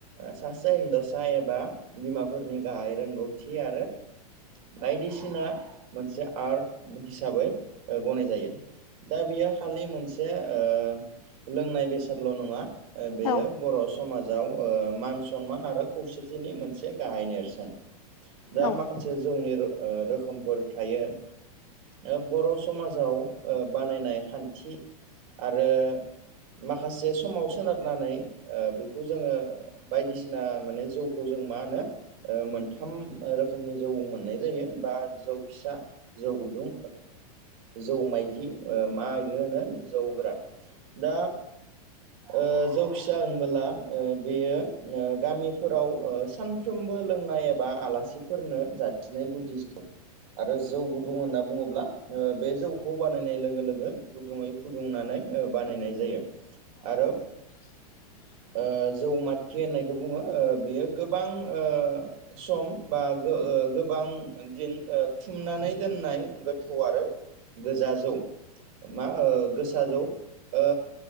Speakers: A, on the right (about 60°); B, on the left (about 65°).
A: सासे हिनजावसा एबा बिमाफोरनि गाहाय रोंगौथि आरो बायदिसिना मोनसे आर्ट हिसाबै गनाय जायो। दा बेयो खालि मोनसे ओ लोंनाय बेसादल' नङा ओ बेयो
B: औ
A: बर' स समाजाव ओ मान सनमान आरो खौसेथिनि मोनसे गाहाय नेरसोन। दा
B: औ
A: माखासे जौनि ओ रोखोमफोर थायो ओ बर' समाजाव बानायनाय खान्थि आरो माखासे समाव सोनारनानै ओ बेखौ जोङो बायदिसिना माने जौखौ जों मा होनो ओ मोनथाम रोखोमनि जौ मोननाय जायो बा जौ फिसा, जौ गुदुं जौ माइखि ओ मा इयो होनो जौ गोरा। दा अ जौ फिसा होनबोला ओ बेयो गामिफोराव ओ सानफ्रोमबो लोंनाय एबा आलासि फोरनो जासिनाय गुदि जौ आरो जौ गुदुं होनना बुङोब्ला ओ बे जौखौ बानायनाय लोगो लोगो गुदुङै फुदुंनानै बानायनाय जायो। आरो
B: <unintelligible>
A: ओ जौमातखि होननायखौ बुङो ओ बेयो गोबां ओ सम बा गो-गोबां दिन ओ थुमनानै दोननाय गोथौ आरो गोजा जौ। मा ओ गोसा जौ ओ